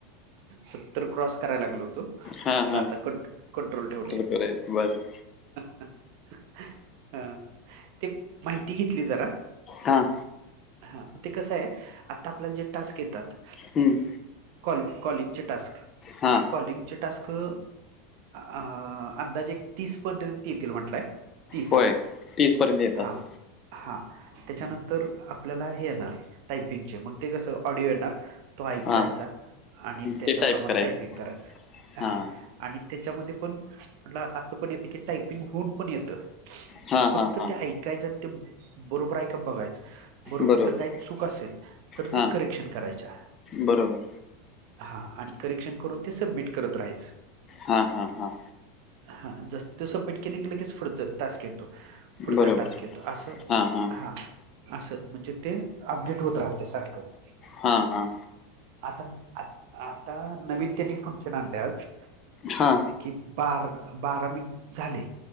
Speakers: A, on the right; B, on the left.
A: सत्तर क्रॉस करायला लागलोतो म्हटलं
B: हां हां
A: आता कं कंट्रोल ठेवले.
B: बरं आहे माय पण
A: हा ते माहिती घेतली जरा.
B: हां
A: हा ते कसं आहे आता आपल्याला जे टास्क येतात
B: हम्म.
A: कॉल कॉलिंगचे टास्क
B: हां
A: ते कॉलिंगचे टास्क आ अंदाजे तीस पदरे ततील म्हटलंय तीस
B: होय तीसपर्यंत येतात
A: हा हा त्याच्यानंतर आपल्याला हे येणार टायपिंगचे मग. ते कसं ऑडिओ येणार. तो ऐकायचा
B: हां
A: आणि त्याच्याप्रमाणे
B: ते टाईप करायचं
A: टायपिंग करायचा हा.
B: हां
A: आणि त्याच्यामध्ये पण म्ह असं पण येतं की टायपिंग होऊन पण येतं.
B: हां
A: फक्त
B: हां हां
A: ते ऐकायचं आणि ते बरोबर आहे का बघायचं. बरो
B: बरोबर
A: जर काही चूक असेल तर
B: हां
A: ते करेक्शन करायच्या.
B: बरोबर
A: हा आणि करेक्शन करून ते सबमिट करत राहायचं.
B: हा हा हा.
A: हा जस त सबमिट केले गेलं कीच फडत टास्क येत पुढचा
B: बरोबर
A: टास्क येतो असं
B: हां हां
A: हा असं म्हणजे ते अपडेट होत राहते सारखं
B: हा हा
A: आता आता नवीन त्यांनी फंक्शन आणले आज
B: हा
A: कि बारा बारा मिनिट झाले